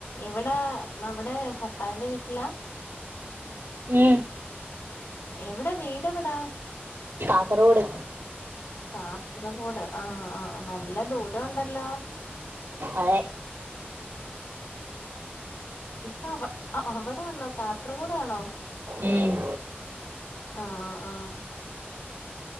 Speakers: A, on the left; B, on the right.
A: എവിടാ അവിടെ ഭർത്താവിന്റെ വീട്ടിലാ.
B: ഉം.
A: എവിട വീട് എവിടാ.
B: കാസർഗോഡ്.
A: കാസർഗോഡ് ആഹ് ആഹ് നല്ല ദൂരൊണ്ടല്ലോ.
B: അതെ.
A: ഇപ്പ വ അവിടാന്നൊ കാസർഗോഡാണോ.
B: ഉം.
A: ആഹ് ആഹ്.